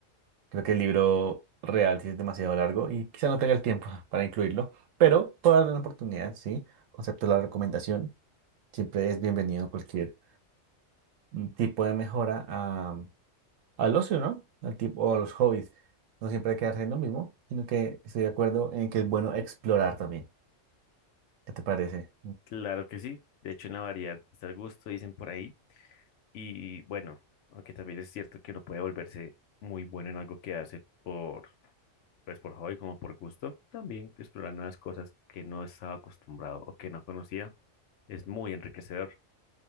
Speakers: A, on the right; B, on the left.
A: creo que el libro real sí es demasiado largo y quizá no tenga el tiempo <laughs> para incluirlo, pero puedo darle una oportunidad, sí. Acepto la recomendación. Siempre es bienvenido cualquier mm, tipo de mejora a- mm, al ocio, ¿no? Al tipo, o a los hobbies. No siempre hay que quedarse en lo mismo, sino que estoy de acuerdo en que es bueno explorar también. ¿Qué te parece?
B: Claro que sí, de hecho en la variedad está el gusto, dicen por ahí. Y bueno, aunque también es cierto que uno puede volverse muy bueno en algo que hace por, pues por hobby como por gusto, también explorar nuevas cosas que no estaba acostumbrado o que no conocía es muy enriquecedor.